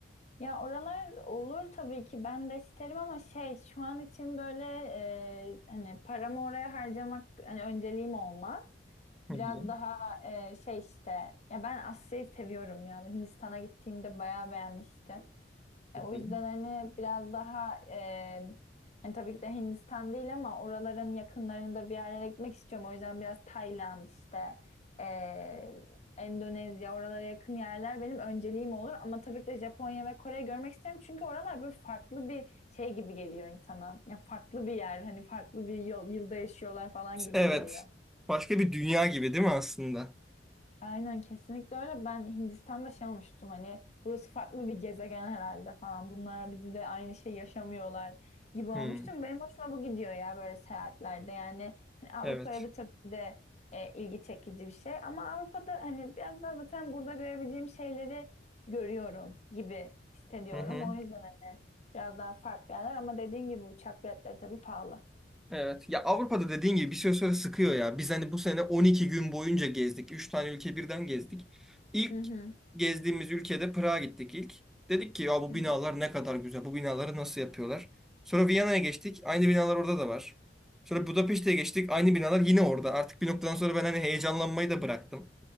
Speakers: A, on the left; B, in the centre.
A: Ya oralar olur tabii ki ben de isterim ama şey şu an için böyle e, hani paramı oraya harcamak hani önceliğim olmaz.
B: Hı
A: Biraz
B: hı,
A: daha e, şey işte ya ben Asya'yı seviyorum ya. Hindistan'a gittiğimde bayağı beğenmiştim.
B: hı
A: E, O
B: hı.
A: yüzden hani biraz daha e, hani tabii ki de Hindistan değil ama oraların yakınlarında bir yerlere gitmek istiyorum. O yüzden biraz Tayland işte e, Endonezya oralara yakın yerler benim önceliğim olur. Ama tabii ki de Japonya ve Kore'yi görmek isterim. Çünkü oralar böyle farklı bir şey gibi geliyor insana. Ya farklı bir yer hani farklı bir yıl, yılda yaşıyorlar falan gibi
B: Evet.
A: geliyor.
B: Başka bir dünya gibi değil mi aslında?
A: Aynen kesinlikle öyle. Ben Hindistan'da şey olmuştum hani burası farklı bir gezegen herhalde falan. Bunlar bizimle aynı şey yaşamıyorlar gibi olmuştum.
B: Hmm,
A: Benim hoşuma bu gidiyor ya böyle seyahatlerde. Yani hani
B: evet.
A: Avrupa'ya da tabii ki de e, ilgi çekici bir şey. Ama Avrupa'da hani biraz daha zaten burada görebileceğim şeyleri görüyorum gibi hissediyorum.
B: Hı hı.
A: O yüzden hani biraz daha farklı yerler ama dediğin gibi uçak biletleri tabii pahalı.
B: Evet. Ya Avrupa'da dediğin gibi bir süre sonra sıkıyor ya. Biz hani bu sene 12 gün boyunca gezdik. üç tane ülke birden gezdik. İlk
A: Hı hı.
B: gezdiğimiz ülkede Prag'a gittik ilk. Dedik ki ya bu
A: Hı
B: binalar
A: hı.
B: ne kadar güzel. Bu binaları nasıl yapıyorlar? Sonra Viyana'ya geçtik. Aynı binalar orada da var. Sonra Budapeşte'ye geçtik. Aynı binalar yine orada. Artık bir noktadan sonra ben hani heyecanlanmayı da bıraktım.